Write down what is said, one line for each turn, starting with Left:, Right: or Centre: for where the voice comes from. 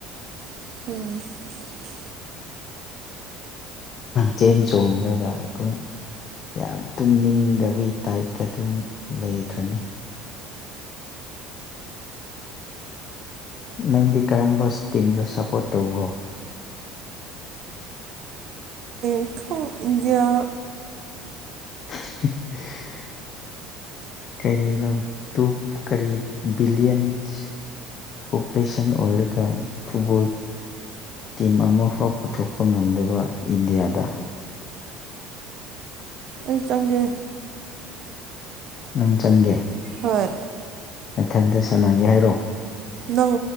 Right: ꯑꯣ
Left: ꯆꯦꯟ ꯆꯣꯡꯈ꯭ꯔꯒ ꯑꯗꯨꯝ ꯌꯥꯝ ꯇꯨꯝꯅꯤꯡꯗꯕꯒꯤ ꯇꯥꯏꯞꯇ ꯑꯗꯨꯝ ꯂꯩꯈ꯭ꯔꯅꯤ <unintelligible> ꯅꯪꯗꯤ ꯀꯔꯝꯕ ꯇꯤꯝꯗ ꯁꯄꯣꯔꯠ ꯇꯧꯕ꯭ꯔꯣ
Right: ꯏꯣ ꯏꯌꯥ
Left: <unintelligible> ꯀꯩꯅꯤꯅꯣ ꯇꯨ ꯀꯔꯤ ꯕꯤꯂꯤꯌꯟꯁ ꯄꯣꯄꯨꯂꯦꯁꯟ ꯑꯣꯏꯔꯒ ꯐꯨꯠꯕꯣꯜ ꯇꯤꯝ ꯑꯃꯐꯥꯎ ꯄꯨꯊꯣꯛꯄ ꯉꯝꯗꯕ ꯏꯟꯗꯤꯌꯥꯗ
Right: ꯑꯩ ꯆꯪꯒꯦ
Left: ꯅꯪ ꯆꯪꯒꯦ
Right: ꯍꯣꯏ
Left: ꯃꯊꯟꯗ ꯁꯅꯒꯦ ꯍꯥꯏꯔꯛ
Right: ꯅꯪ